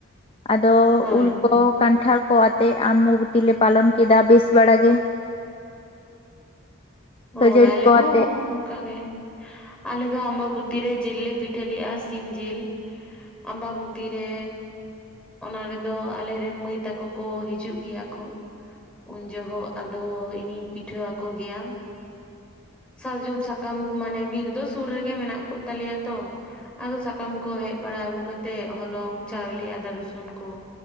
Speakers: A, on the left; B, in the centre.
A: ᱟᱫᱚ
B: ᱦᱳᱭ
A: ᱩᱞ ᱠᱚᱼᱼ ᱠᱟᱱᱴᱷᱟᱲ ᱠᱚᱣᱟᱼᱼ ᱟᱢᱢᱵᱚᱛᱤ ᱞᱮ ᱯᱟᱞᱚᱱ ᱠᱮᱫᱟ ᱵᱮᱥ ᱵᱮᱲᱟ ᱜᱮ᱾
B: ᱦᱳᱭ
A: ᱠᱷᱟᱹᱡᱟᱹᱲᱤ
B: ᱟᱞᱮ
A: ᱠᱚ
B: ᱦᱚᱸ
A: ᱟᱛᱮᱜ
B: ᱚᱱᱠᱟᱜ ᱜᱮᱼᱼ ᱟᱞᱮ ᱫᱚ ᱟᱢᱵᱟ ᱵᱚᱛᱤ ᱨᱮ ᱡᱤᱞ ᱞᱮ ᱯᱤᱴᱷᱟᱹ ᱞᱮᱫᱼᱟ ᱥᱤᱢ ᱡᱤᱞ᱾ ᱟᱢᱵᱟᱵᱩᱛᱤ ᱨᱮᱼᱼ ᱚᱱᱟ ᱨᱮᱫᱚ ᱟᱞᱮᱨᱮᱱ ᱢᱟᱹᱭ ᱛᱟᱠᱚ ᱠᱚ ᱦᱤᱡᱩᱜ ᱜᱮᱭᱟ ᱠᱚ᱾ ᱩᱱ ᱡᱚᱦᱚᱜ ᱟᱫᱚ ᱤᱧᱤᱧ ᱯᱤᱴᱷᱟᱹ ᱟᱠᱚ ᱜᱮᱭᱟ᱾ ᱥᱟᱨᱡᱚᱢ ᱥᱟᱠᱟᱢ ᱢᱟᱱᱮ ᱵᱤᱨ ᱫᱚ ᱥᱩᱨ ᱨᱮᱜᱮ ᱢᱮᱱᱟᱜ ᱠᱚ ᱛᱟᱞᱮᱭᱟ ᱛᱚ᱾ ᱟᱫᱚ ᱥᱟᱠᱟᱢ ᱠᱚ ᱦᱮᱡ ᱵᱟᱲᱟ ᱟᱹᱜᱩ ᱠᱟᱛᱮᱜ ᱦᱚᱞᱚᱝ ᱪᱟᱣᱞᱮ ᱟᱫᱟ ᱨᱚᱥᱩᱱ ᱠᱚᱼᱼ